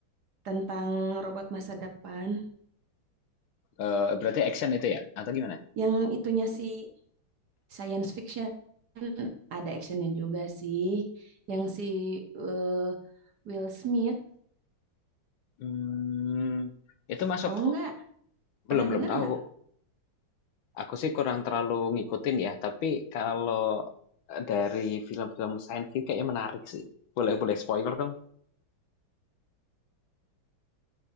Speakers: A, on the right; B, on the left.
A: tentang robot masa depan.
B: Eh, berarti action itu ya? Atau gimana?
A: Yang itunya sih science fiction ada actionnya juga sih. Yang si eh, Will Smith,
B: Hmm, itu masuk
A: tahu nggak?
B: belum
A: Pernah
B: belum
A: dengar
B: tahu.
A: nggak?
B: Aku sih kurang terlalu ngikutin ya, tapi kalau eh, dari film-film science fiction kayaknya menarik sih. Boleh boleh spoiler dong.